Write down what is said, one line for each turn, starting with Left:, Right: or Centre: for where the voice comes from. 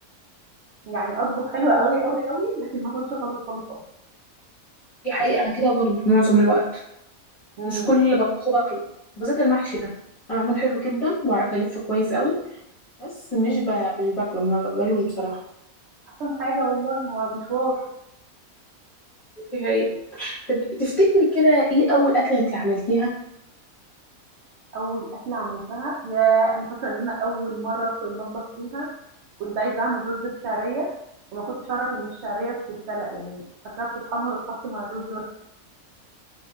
Right: يعني أطبخ حلو أوي،
Left: هو
Right: أوي، أوي، لكن ما آكلش خالص، خالص، خالص.
Left: دي حقيقه انا كده برضه معظم الوقت
Right: إمم.
Left: مش كل اللي بطبخه باكله بالذات المحشي ده انا بعمله حلو جدا وبعرف الف كويس قوي بس مش ب... مش باكله ما بقبلوش بصراحه
Right: أحسن حاجة والله هو مشوار.
Left: دي حقيقة طب تفتكري كده ايه أول أكلة انت عملتيها
Right: أول أكلة عملتها ياه! أنا فاكرة إن أنا أول مرّة أدخل المطبخ فيها كنت عايزة أعمل رُز بشعرية وما كنتش أعرف إن الشعرية بتتسلق، يعني فاكراها بتتحمّر وتتحط مع الرز بس